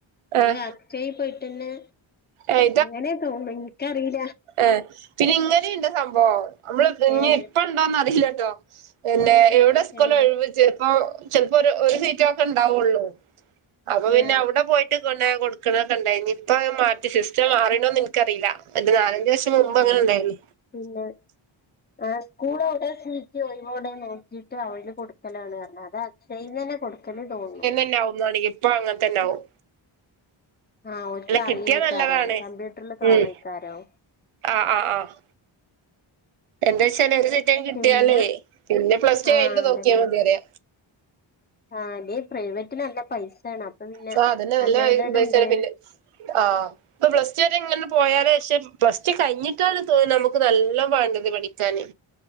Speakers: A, on the right (about 80°); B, on the left (about 20°).
A: ഏഹ്
B: ഇത് അക്ഷയി പോയിട്ടന്നെ
A: ഏഹ്
B: അങ്ങനെയാ തോന്ന്ണെ എൻക്കറില്ല
A: ആഹ് പിന്നെ ഇങ്ങനെണ്ട് സംഭവം അമ്മള് ഇനി
B: ഏഹ്
A: പ്പ ഉണ്ടോന്ന് അറീല്ലട്ടോ പിന്നെ ഏ ത് സ്ക്കൂൾലാ
B: ഏഹ്
A: ഒഴിവ് ചെൽപ്പോ ചെൽപ്പോ ഒരു ഒരു സീറ്റൊക്കെ ണ്ടാവുള്ളൂ അപ്പോ പിന്നെ
B: ആഹ്
A: അവ്ടെ പോയിട്ട് കൊ ന്നെ കൊടുക്കണൊക്കെണ്ടായിനി ഇപ്പൊ മാറ്റി സിസ്റ്റം മാറീണോന്ന് ഇൻ ക്ക‌റീല ഇത് നാലഞ്ചു വർഷം മുമ്പ്
B: ഏഹ്
A: അങ്ങനെ ണ്ടായിര്ന്ന്
B: പിന്നെ ആഹ് സ്കൂൾ എവ്ടെ സീറ്റൊയിവ് ഓടെ നോക്കിട്ട് അവ്ടെ കൊടുക്കലാണ് ർഞ്ഞ് അതാ സെയിം തന്നെ കൊടുക്കല് തോന്നുണു
A: പിന്നെ ആവുന്നതാണങ്കി ഇപ്പൊ അങ്ങൻ തന്നാവും
B: ആഹ് ഓൽക്ക് അറിയേക്കാരം
A: കിട്ടിയാ നല്ലതാണ്
B: കമ്പ്യൂട്ടറില് കാണെയ്ക്കാരം
A: ഉം ആഹ് ആഹ് ആഹ് എന്താച്ചാല് ഒരു സീറ്റെങ്കി കിട്ട്യാലേ
B: പിന്നെ
A: പിന്നെ പ്ലസ്ടു കയിഞ്ഞിട്ട്
B: ആഹ് അതന്നെ
A: നോക്കിയാ മതിയറയ
B: ആഹ് അതെ പ്രൈവറ്റ്ന് നല്ല പൈസേണ് അപ്പൊ പിന്നെ
A: ആഹ് അതന്നെ നല്ല
B: അൺ എയ്ഡഡ്
A: പൈസയാണ്
B: ഇണ്ട്
A: പിന്നെ ആഹ് ഇപ്പ പ്ലസ് ടു വരെ ഇങ്ങനെ പോയാലെ പക്ഷെ പ്ലസ്ടു കഴിഞ്ഞിട്ടാണ് തോന്നുന്ന് നമുക്ക് നല്ല പാേണ്ടത് പഠിക്കാന്